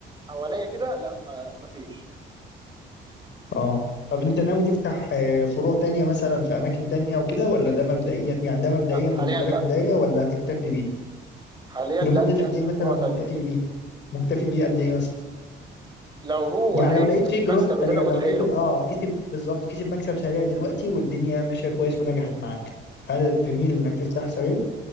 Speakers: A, on the right; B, on the left.
A: حواليا كده لا ما... ما فيش
B: اه طب انت ناوي تفتح آه، فروع تانية مثلا في أماكن تانية وكده ولا ده مبدئيا يعني ده مبدئيا
A: لا حاليا
B: بالنسبة
A: لا
B: لك بداية ولا هتكتفي بيه
A: حاليا لا
B: لمدة
A: مش
B: قد
A: هفتح
B: ايه مثلا
A: فروع
B: مكتفي
A: تانية
B: بيه مكتفي بيه قد ايه مثلا
A: لو هو
B: يعني
A: هيكسب
B: لو لقيت فيه
A: المكسب
B: جروث
A: اللي
B: سريع
A: انا متخيله
B: لو لقيته اه كسب بالظبط كسب مكسب سريع دلوقتي والدنيا ماشية كويس ونجحت معاك هل تميل انك تفتح سريع؟